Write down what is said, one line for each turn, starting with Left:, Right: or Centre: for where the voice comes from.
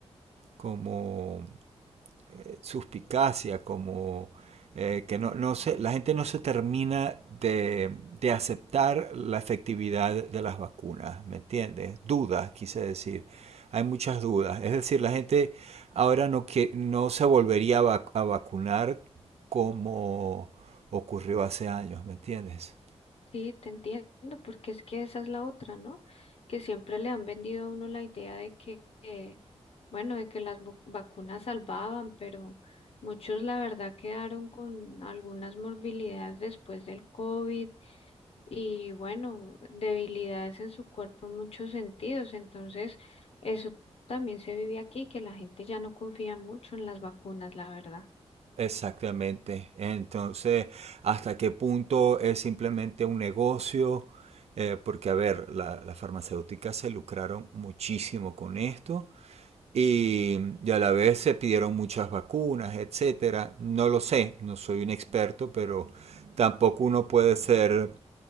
Right: como eh, suspicacia, como eh, que no, no se, la gente no se termina de, de aceptar la efectividad de las vacunas, ¿me entiendes? Dudas, quise decir. Hay muchas dudas. Es decir, la gente ahora no, que, no se volvería a, vac- a vacunar como ocurrió hace años, ¿me entiendes?
Left: Sí, te entiendo, porque es que esa es la otra, ¿no? Que siempre le han vendido a uno la idea de que, eh, bueno, de que las vo- vacunas salvaban, pero muchos la verdad quedaron con algunas morbilidades después del COVID y, bueno, debilidades en su cuerpo en muchos sentidos. Entonces, eso también se vive aquí, que la gente ya no confía mucho en las vacunas, la verdad.
Right: Exactamente. Entonces, ¿hasta qué punto es simplemente un negocio? Eh, porque, a ver, la- las farmacéuticas se lucraron muchísimo con esto y, y a la vez se pidieron muchas vacunas, etcétera. No lo sé, no soy un experto, pero tampoco uno puede ser